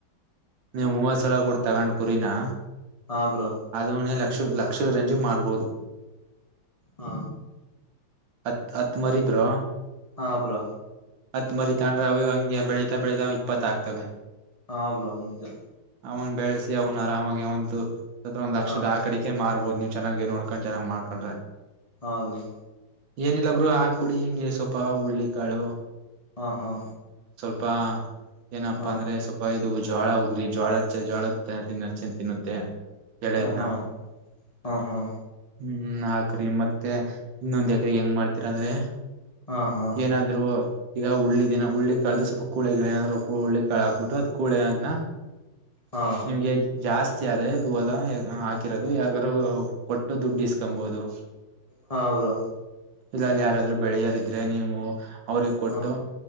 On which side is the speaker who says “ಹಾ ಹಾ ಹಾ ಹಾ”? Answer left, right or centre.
Left